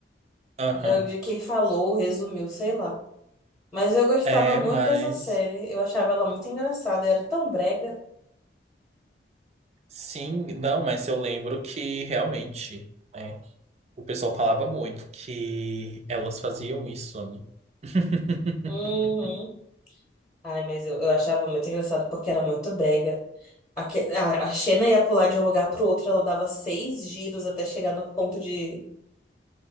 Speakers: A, on the right (about 35°); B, on the left (about 20°).
A: Aham.
B: De de quem falou, resumiu, sei lá. Mas eu gostava
A: É,
B: muito
A: mas
B: dessa série. Eu achava ela muito engraçada. Era tão brega.
A: Sim, não, mas eu lembro que realmente, né, o pessoal falava muito que elas faziam isso, né? <laughs>
B: Uhum. Ai, mas eu, eu achava muito engraçado porque era muito brega. Aque- A, a Xena ia pular de um lugar pro outro. Ela dava seis giros até chegar no ponto de.